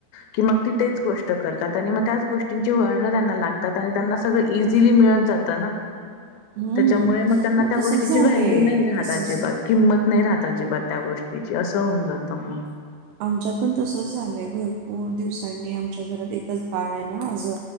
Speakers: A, on the left; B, on the right.
A: की मग ती तेच गोष्ट करतात आणि मं त्याच गोष्टिंची वळण त्याना लागतात आणि त्यांना सगळं इझिली मिळत जात न.
B: हम्म
A: त्याच्यामुळे म त्यांना
B: मग
A: त्या
B: तसच
A: गोष्टीची
B: झालंय
A: व्हॅल्यू नाही राहत
B: तसच
A: अजिबात किंमत नाही राहत अजिबात त्या गोष्टीची असं होऊन जातं म.
B: आमच्यात पण तसच झालंय भरपूर दिवसांनी आमच्या घरात एकच बाळ आहे ना आजून